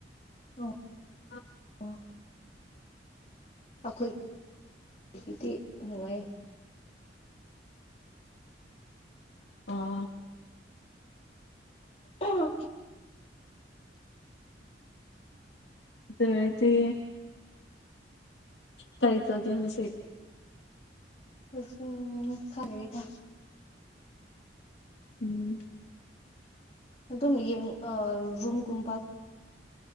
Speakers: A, on the left; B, on the left.
A: ꯎꯝ
B: <inaudible>
A: ꯑꯣ ꯑꯩꯈꯣꯏꯗꯤ ꯅꯨꯡꯉꯥꯏ
B: ꯑꯥ
A: ꯑꯣ
B: ꯑꯗꯨꯗꯤ ꯀꯔꯤ ꯇꯖꯁꯦ
A: ꯍꯣꯏ ꯎꯝ ꯈꯔꯔꯗ
B: ꯎꯝ
A: ꯑꯗꯨꯝ ꯌꯦ ꯔꯨꯝꯝꯒꯨꯝꯕ